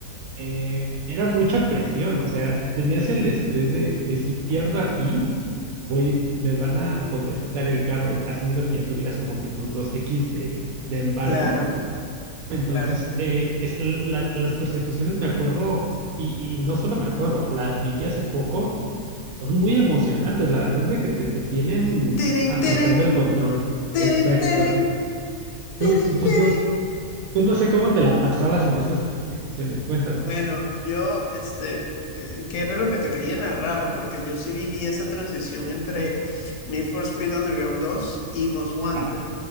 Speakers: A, on the right; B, on the left.
A: eh, era mucha presión, o sea, tenías el estrés de, de si pierdo aquí, voy, me van a poder quitar el carro, asumiendo que ya tuvieras como que tus dos x de, de embargo.
B: Claro,
A: Entonces,
B: claro.
A: eh, es- las, las persecuciones me acuerdo, y, y no solo me acuerdo, las viví hace poco, son muy emocionantes, la verdad es de que te, te tienen
B: Teren,
A: apretando
B: teren,
A: el control.
B: teren,
A: Exacto.
B: teren,
A: Tú,
B: teren,
A: tú, tú
B: teren.
A: no, tú no sé cómo te la pasabas en esas persecuciones, cuéntame.
B: Bueno, yo, este, eh, ¿qué era lo que te quería narrar? Porque yo sí viví esa transición entre Need for Speed Underground dos y Most Wanted.
A: Ajá.